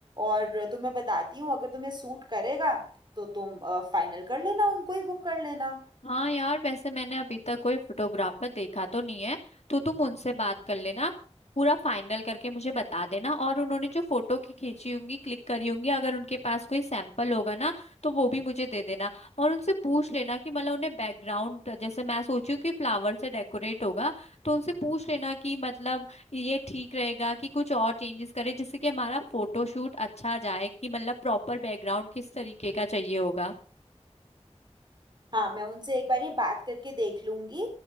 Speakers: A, on the right (about 40°); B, on the left (about 70°).
A: और तुम्हें बताती हूँ अगर तुम्हें सूट करेगा तो तुम फाइनल कर लेना उनको ही बुक कर लेना
B: हाँ यार वैसे मैंने अभी तक कोई फोटोग्राफर देखा तो नहीं है तो तुम उनसे बात कर लेना पूरा फाइनल करके मुझे बता देना और उन्होंने जो फोटो की खींची होंगी क्लिक करी होंगी अगर उनके पास कोई सैंपल होगा ना तो वो भी मुझे दे देना और उनसे पूछ लेना कि मतलब उन्हें बैकग्राउंड जैसे मैं सोची हूँ कि फ्लावर से डेकोरेट होगा तो उनसे पूछ लेना कि मतलब ये ठीक रहेगा कि कुछ और चेंजेस करें जिससे कि हमारा फोटोशूट अच्छा जाए कि मतलब प्रॉपर बैकग्राउंड किस तरीके का चाहिए होगा
A: हाँ मैं उनसे एक बार ये बात करके देख लूंगी